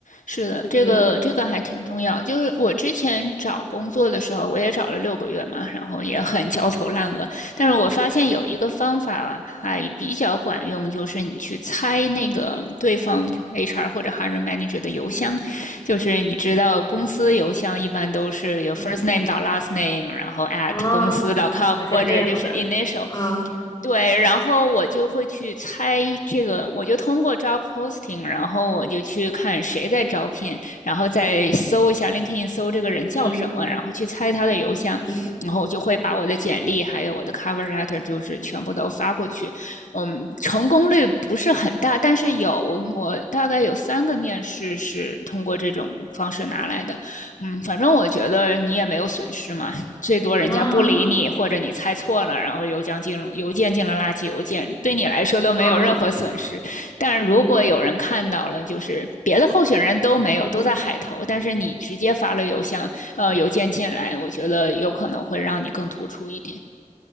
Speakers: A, on the left; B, on the left.
A: 是的，这个这个还挺重要。
B: 嗯，
A: 就是我之前找工作的时候，我也找了六个月嘛，然后也很焦头烂额。但是我发现有一个方法啊还比较管用，就是你去猜那个对方 HR 或者 hiring manager 的邮箱，
B: 嗯
A: 就是你知道公司邮箱一般都是有
B: 嗯
A: first name 到 last name，然后 at
B: 啊，
A: 公司 .com
B: 还是这样的啊，
A: 或者就是 initial。对，然后我就会去猜这个，我就通过 job posting，然后我就去看谁在招聘，然后再搜一下 LinkedIn，搜这个人叫什么，
B: 嗯
A: 然后去猜他的邮箱，
B: 嗯
A: 然后我就会把我的简历还有我的 cover letter 就是全部都发过去。嗯，成功率不是很大，但是有我大概有三个面试是通过这种方式拿来的。嗯，反正我觉得你也没有损失嘛，最多人家不理你，
B: 啊
A: 或者你猜错了，然后邮箱进了邮件进了垃圾邮件，对你来说都没有任何损失。
B: 啊啊
A: 但如果有人看到了，
B: 嗯
A: 就是别的候选人都没有，
B: 嗯，
A: 都在海投，但是你直接发了邮箱呃邮件进来，我觉得有可能会让你更突出一点。